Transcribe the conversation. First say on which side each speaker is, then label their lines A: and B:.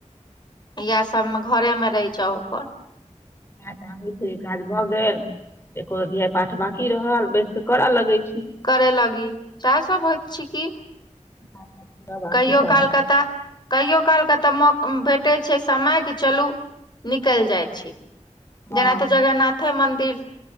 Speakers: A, on the left (about 35°); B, on the left (about 20°).
A: याएह सब मे घरे मे रैह जाउ अपन।
B: आय तऽ आबै छै, काज भऽ गेल। एको अध्याय पाठ बाकी रहल बैस कऽ करऽ लगै छी।
A: करै लगी साएह सब होएत छै की।
B: <unintelligible>
A: कहियो
B: करब
A: काल कऽ तऽ कहियो काल कऽ तऽ मौ भेटै छै समय कि चलु निकैल जाय छी।
B: हँ
A: जेना तऽ जगन्नाथे मन्दिर